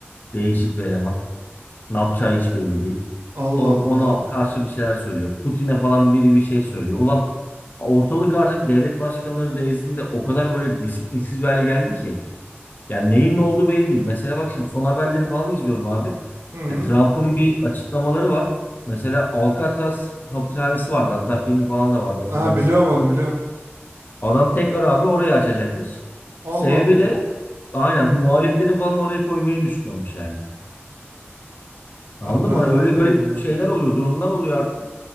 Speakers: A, on the left; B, on the right.
A: Değişik bir eleman. Ne yapacağı hiç belli değil.
B: Allah
A: O, ona
B: Allah.
A: karşı bir şeyler söylüyor. Putin'e falan biri bir şey söylüyor. Ulan ortalık artık devlet başkanları nezdinde o kadar böyle disiplinsiz bir hale geldi ki. Yani neyin ne olduğu belli değil. Mesela bak şimdi son haberleri falan izliyorum abi.
B: Hı.
A: Ya Trump'ın bir açıklamaları var. Mesela Alcatraz hapishanesi vardı. Hatta filmi falan da vardı hatırlarsın.
B: Aha biliyorum onu biliyorum.
A: Adam tekrar abi orayı açacakmış.
B: Allah
A: Sebebi
B: Allah.
A: de aynen <laughs> muhalifleri falan oraya koymayı düşünüyormuş yani. Anladın
B: Ya ben
A: mı?
B: anlamıyorum
A: Hani öyle garip
B: abi
A: şeyler
B: ya.
A: oluyor, durumlar oluyor artık.